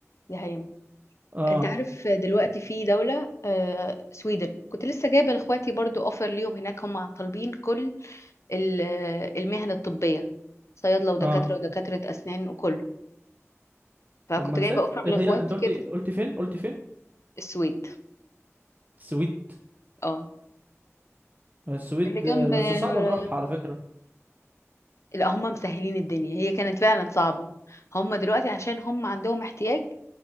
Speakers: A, on the left (about 65°); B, on the right (about 30°).
A: دي حقيقة
B: اه
A: انت عارف دلوقتي في دولة آه، سويدن كنت لسه جايبة لاخواتي برضو اوفر ليهم هناك هم طالبين كل ال- المهن الطبية صيادلة ودكاترة
B: اه
A: ودكاترة اسنان وكله فكنت
B: طب ما
A: جايبة
B: نسافر
A: اوفر
B: ايه
A: لاخواتي
B: هي انت قلتي
A: كده
B: قلتي فين قلتي فين
A: السويد
B: السويد
A: اه
B: السويد
A: اللي جنب
B: آه، بس
A: نور-
B: صعب نروح على فكره
A: لا هم مسهلين الدنيا هي كانت فعلا صعبة هم دلوقتي عشان هم عندهم احتياج